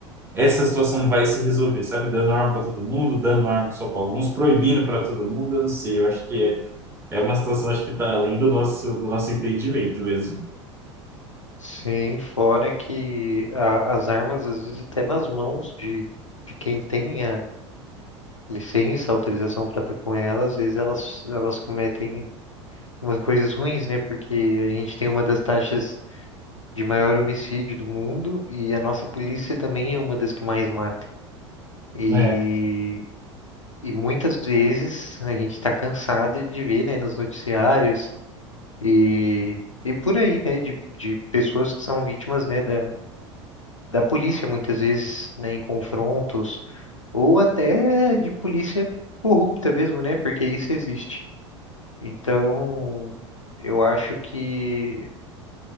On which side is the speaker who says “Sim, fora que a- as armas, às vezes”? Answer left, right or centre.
Left